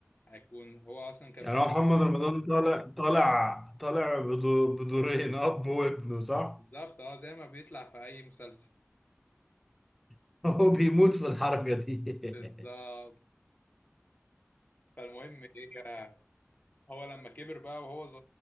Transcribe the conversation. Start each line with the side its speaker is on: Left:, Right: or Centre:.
Left: هيكون هو اصلا كان
Centre: يعني
Left: فقير
Centre: هو محمد رمضان طالع طالع طالع بدو- بدورين اب وابنه صح؟
Left: بالظبط اه زي ما بيطلع في اي مسلسل
Centre: <laughs> هو بيموت في الحركة دي
Left: بالظبط
Centre: <laughs>
Left: فالمهم ايه هو لما كبر بقى وهو ز...